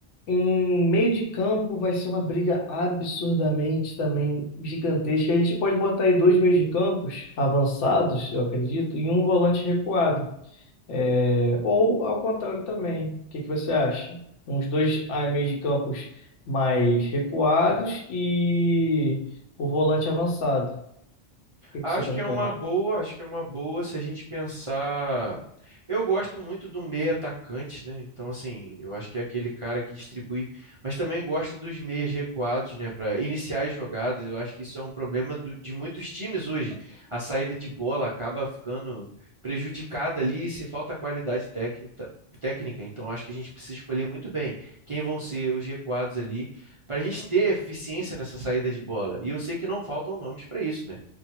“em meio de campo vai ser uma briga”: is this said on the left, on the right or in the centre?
Left